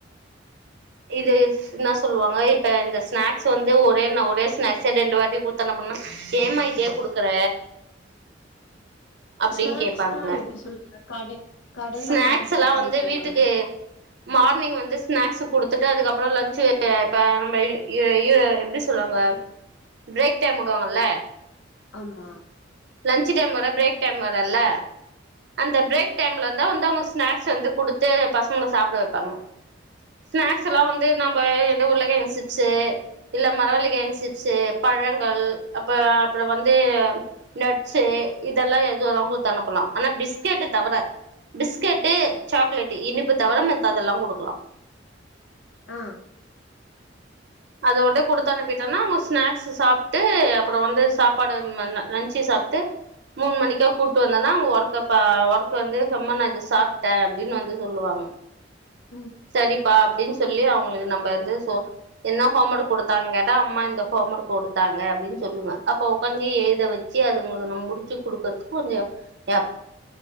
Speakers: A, on the right (about 60°); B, on the left (about 75°).
A: இதுஸ் இன்னா சொல்லுவாங்க இப்ப இந்த ஸ்நாக்ஸ் வந்து ஒரே ந ஒரே ஸ்நாக்ஸ்ஸே ரெண்டு வாட்டி குத்தனப்பண்ணா ஏ மா இதே குடுக்கற அப்டின்னு
B: ஸ்நாக்ஸ்னா
A: கேப்பாங்க
B: எப்டி சொல்லுங்க கடை கடைல
A: ஸ்நாக்ஸ்
B: வாங்கிட்டு
A: எல்லா
B: குடுப்பீங்கல்ல
A: வந்து வீட்டுக்கே மார்னிங் வந்து ஸ்நாக்ஸ்ஸு குடுத்துட்டு அதுக்கப்றோ லஞ்சு இப்ப நம்ம எ எ எப்டி சொல்லுவாங்க பிரேக் டைம் உடுவாங்கல்ல
B: ஆமா
A: லஞ்ச் டைம் வர பிரேக் டைம் வரல்ல அந்த பிரேக் டைம்லந்தா வந்து அவுங்க ஸ்நாக்ஸ் வந்து குடுத்து பசங்கள சாப்ட வப்பாங்க ஸ்நாக்ஸ்ஸல்லா வந்து நம்ப எந்த உருளக்கெழங்கு சிப்ஸு இல்ல மரவள்ளிக்கெழங்கு சிப்ஸு பழங்கள் அப்ற அப்றோ வந்து நட்ஸு இதெல்லா எதுவனா குத்து அனுப்பலா ஆனா பிஸ்கெட்டுத் தவர பிஸ்கெட்டு சாக்லட்டு் இனிப்பு தவர மத்ததெல்லா குடுக்கலா
B: ஆ
A: அத மட்டோ குடுத்தனுப்பிட்டோன்னா அவுங்க ஸ்னாக்ஸ்ஸு சாப்ட்டு அப்பறோ வந்து சாப்பாடு லஞ்சி சாப்ட்டு மூணு மணிக்கா கூட்டு வந்தன்னா அவங்க ஒர்க்கப்ப ஒர்க்க வந்து சம்மா நா இத சாப்ட்டே அப்டின்னு வந்து சொல்லுவாங்க
B: உ
A: சரிப்பா அப்டின்னு சொல்லி அவுங்களுக்கு நம்ம வந்து சோ என்ன ஹோம் ஒர்க் குடுத்தாங்க கேட்டா அம்மா இந்த ஹோம் ஒர்க் குடுத்தாங்க அப்டின்னு சொல்லுவ அப்போ உக்காஞ்சி எழுத வ ச்சு அது நம்ம முடிச்சு கொடுக்கறதுக்கு கொஞ்ச கேப்